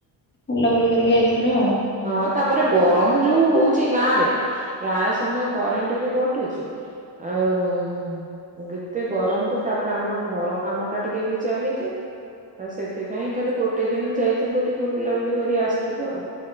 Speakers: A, on the left; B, on the right.
A: ବୁଲାବୁଲି କରିକି ଆଇଥିଲୁ ଆଉ
B: ହଁ ତାପରେ ଗରମ ଯୋଉ ହଉଛି ଗାଁ ରେ ପ୍ରାୟ ସମୟ କରେଣ୍ଟ ବି କଟୁଛି ଆଉ ଗେତେ ଗରମ କୁ ତାପ ଆମର ଘର କାମ ଟା ଟିକେ ବି ଚାଲିଛି ଆଉ ସେଥିପାଇଁ ଖାଲି ଗୋଟେ ଦିନ ଯାଇଥିଲୁ ଟିକେ ବୁଲାବୁଲି କରି ଆସିଥିଲୁ ଆଉ